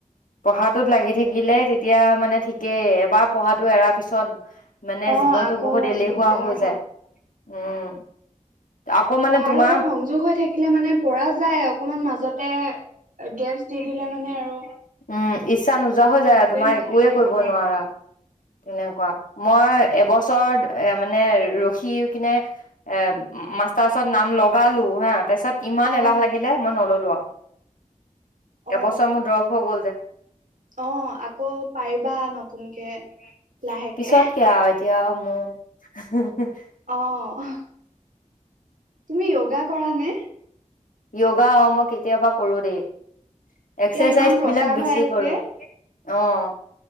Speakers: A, on the left; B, on the right.
A: পঢ়াটোত লাগি থাকিলে তেট এতিয়া মানে ঠিকেই, এবাৰ পঢ়াটো এৰাৰ পিছত মানে
B: অ
A: জীৱনটো
B: আকৌ
A: বহুত এলেহুৱা
B: দিগদাৰ
A: হয় যায়। উম। আকৌ মানে
B: পঢ়াৰ
A: তোমাৰ
B: লগত সংযোগ হৈ থাকিলে মানে। পৰা যায় অকনমান মাজতে। <unintelligible>
A: <unintelligible>
B: দিলে মানে আৰু
A: উম, ইচ্ছা নোযোৱা হৈ
B: মনতে
A: যায় তোমাৰ
B: নাথাকে
A: একোৱে কৰিব
B: অ
A: নোৱাৰা। তেনেকুৱা, মই এবছৰ মানে ৰখি কেনে এ, উ, মাষ্টাৰছত নাম লগালোঁ, হা। তাৰ পিছত ইমান
B: অ
A: এলাহ লাগিলে মই নললোঁ আও। <inaudible>
B: অ
A: এবছৰ মোৰ ড্ৰ'প হ' গ'ল যে।
B: অ', আকৌ পাৰিবা নতুনকে।
A: পিছতকে
B: লাহেকে
A: আৰু এতিয়া আও। অ'।
B: অ'। তুমি যোগা কৰা নে?
A: যোগা। অ, মই কেতিয়াবা কৰোঁ দেই। এক্সাৰচাইজবিলাক
B: এতিয়া ইমান প্ৰচাৰ
A: বেছি
B: হৈ আছে
A: কৰোঁ। অ',